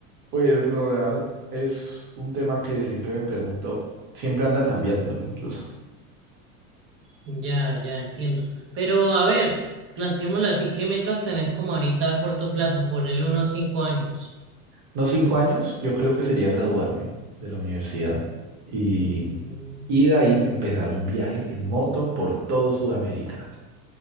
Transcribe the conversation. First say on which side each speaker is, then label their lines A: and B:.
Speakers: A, on the right (about 55°); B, on the right (about 30°).
A: Pues lo real es un tema que siempre me pregunto, siempre anda cambiando incluso.
B: Ya, ya entiendo. Pero a ver, planteémoslo así, ¿qué metas tenés como ahorita a corto plazo? Ponele unos cinco años.
A: Unos cinco años, yo creo que sería graduarme de la universidad y,
B: Mm.
A: y de ahí empezar un viaje en moto por todo Sudamérica.